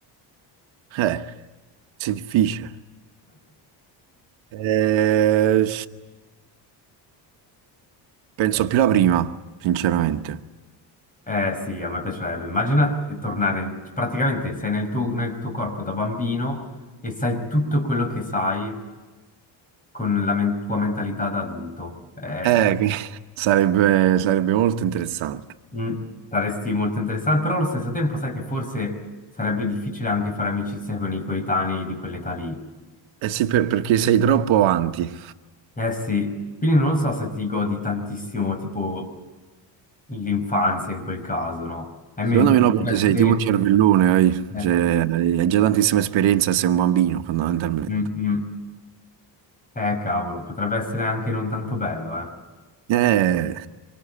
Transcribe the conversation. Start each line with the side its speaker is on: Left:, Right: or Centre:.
Right: Eh. Sì, difficile. Eh, penso più la prima, sinceramente.
Left: Eh sì, a me piacerebbe. Immagina eh, tornare, in- praticamente sei nel tuo, nel tuo corpo da bambino e sai tutto quello che sai con la men- tua mentalità da adulto. Eh,
Right: Eh, che <laughs> sarebbe, sarebbe molto interessante.
Left: Mm, saresti molto interessante, però allo stesso tempo sai che forse sarebbe difficile anche fare amicizia con i coetanei di quell'età lì.
Right: Eh sì, per- perché sei troppo avanti.
Left: Eh sì, quindi non so se ti godi tantissimo tipo l'infanzia in quel caso, no? E mentre
Right: Secondo me
Left: potrebbe
Right: no, perché
Left: essere...
Right: sei tipo un cervellone, hai,
Left: Eh,
Right: cioè, hai hai già tantissima esperienza e sei un bambino, fondamentalmente.
Left: mm, mm. Eh, cavolo, potrebbe essere anche non tanto bello, eh.
Right: Eh,